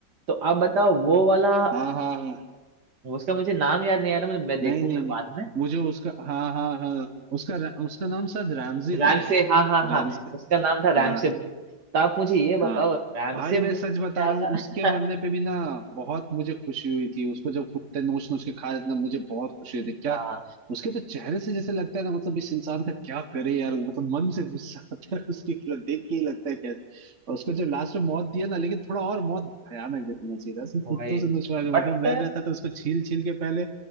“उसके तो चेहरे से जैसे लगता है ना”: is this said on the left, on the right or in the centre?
Right